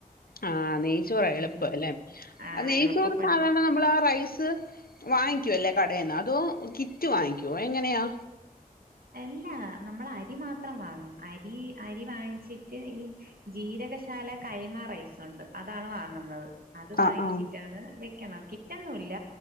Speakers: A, on the left; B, on the right.
A: ആഹ് നെയ്‌ച്ചോറാ എളുപ്പം
B: ഉം
A: അല്ലെ
B: ആഹ്
A: നെയ്ചോറ്
B: എളുപ്പപ്പണി
A: സാധാരണ നമ്മൾ ആ റൈസ് വാങ്ങി കും അല്ലേ കടന്ന് അതോ കിറ്റ് വാങ്ങിക്കുവോ എങ്ങനെയാ
B: അല്ലാ നമ്മള് അരി മാത്രം വാങ്ങും അരി അരി വാങ്ങിച്ചിട്ട് ഈ ജീരകശാല കൈമാറൈസ് അതാണ് വാങ്ങുന്നത് അത് വാങ്ങിച്ചിട്ടാണ്
A: ആ ആ.
B: വെക്കണേ കിട്ടൊന്നുമില്ല